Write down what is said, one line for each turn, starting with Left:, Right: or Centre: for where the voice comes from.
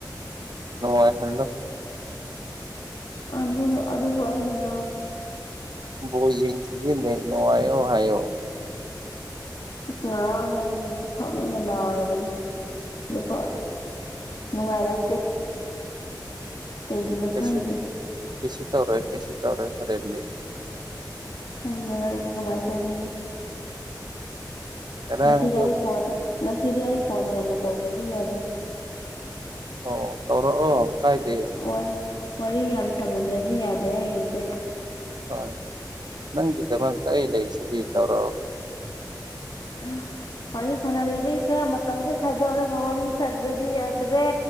Right: ꯋꯥꯏ ꯍꯜꯂꯣ
Left: ꯑꯗꯨꯣ ꯑꯗꯨꯕꯨ ꯍꯥꯏꯅꯔꯣ
Right: ꯣ ꯌꯦꯡꯁꯤꯦ ꯅ ꯅꯑꯣ ꯍꯥꯏꯣ
Left: ꯏꯁ ꯉꯔꯥꯡꯒ ꯑꯩ ꯁꯥꯎꯅꯤꯡꯩꯅ ꯂꯥꯎꯔꯕꯅꯦ ꯑꯗꯨ ꯐ ꯅꯨꯡꯉꯥꯏꯔꯛꯇꯦ ꯀꯩꯒꯤꯅꯣ
Right: ꯀꯩꯁꯨ
Left: ꯈꯪꯗꯦ
Right: ꯀꯩꯁꯨ ꯇꯧꯔꯣꯏ ꯀꯩꯁꯨ ꯇꯧꯔꯣꯏ ꯍꯣꯔꯦꯟꯗꯤ
Left: ꯈꯪꯗꯦ ꯍꯔꯅ ꯀꯃꯥꯏ ꯇꯧꯗꯅ
Right: ꯉꯔꯥꯡꯗꯨ
Left: ꯉꯁꯤꯗꯤ ꯑꯩ ꯐꯣꯟ ꯉꯁꯤꯗꯤ ꯑꯩ ꯐꯣꯟ ꯌꯥꯝꯅ ꯇꯧꯗ꯭ꯔꯗꯤ ꯌꯥꯗꯦ
Right: ꯑꯣ ꯇꯧꯔꯛꯑꯣ ꯀꯥꯏꯗꯦ
Left: ꯑꯣ ꯋꯥꯔꯤ ꯌꯥꯝ ꯁꯥꯟꯅꯗ꯭ꯔꯗꯤ ꯌꯥꯗ꯭ꯔꯦ ꯑꯩꯒꯤꯁꯦ
Right: ꯍꯣꯏ ꯅꯪꯒꯤꯗꯃꯛꯇ ꯑꯩ ꯂꯩꯔꯤꯁꯤꯗꯤ ꯇꯧꯔꯛꯑꯣ
Left: ꯎꯝ ꯋꯥꯔꯤ ꯁꯅꯗ꯭ꯔꯗꯤ ꯈꯔ ꯃꯇꯝꯁꯦ ꯈꯥꯏꯗꯣꯛꯔꯒ ꯋꯥꯔꯤ ꯁꯥꯗ꯭ꯔꯗꯤ ꯌꯥꯗ꯭ꯔꯦ